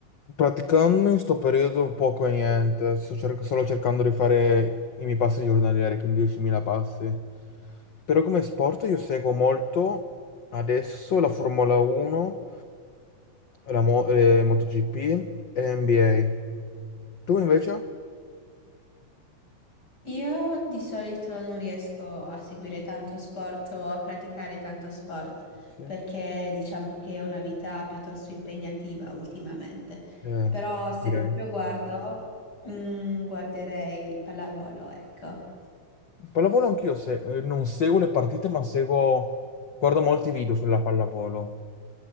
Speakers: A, on the left; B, on the left.
A: Praticando in sto periodo poco e niente, sto cer- solo cercando di fare i miei passi giornalieri, quindi 10.000 passi. Però come sport io seguo molto adesso la Formula 1, la Mo- eh, MotoGP e NBA. Tu invece?
B: Io di solito non riesco a seguire tanto sport o a praticare tanto sport
A: Sì,
B: perché diciamo che è una vita piuttosto impegnativa ultimamente.
A: eh,
B: Però se
A: direi.
B: proprio guardo, mm, guarderei pallavolo, ecco.
A: Pallavolo anch'io se- eh, non seguo le partite, ma seguo... guardo molti video sulla pallavolo.